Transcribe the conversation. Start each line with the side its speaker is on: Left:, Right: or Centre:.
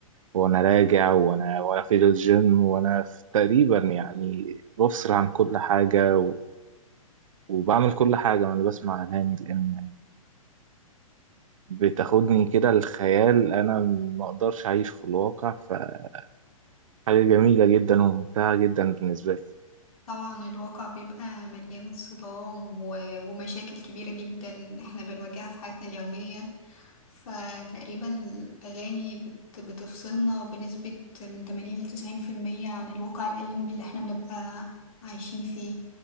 Right: وأنا راجع وأنا وأنا في الجيم وأنا في تقريبا يعني بفصل عن كل حاجة و... وبعمل كل حاجة وأنا بسمع أغاني لأن بتاخدني كده الخيال أنا مقدرش أعيش في الواقع فحاجة جميلة جدا وممتعة جدا بالنسبة لي
Left: طبعا الواقع بيبقى مليان صدام و- ومشاكل كبيرة جدا احنا بنواجهها في حياتنا اليومية فتقريبا الأغاني بت- بتفصلنا بنسبة من 80 لتسعين في المية عن الواقع الأليم اللي احنا بنبقى عايشين فيه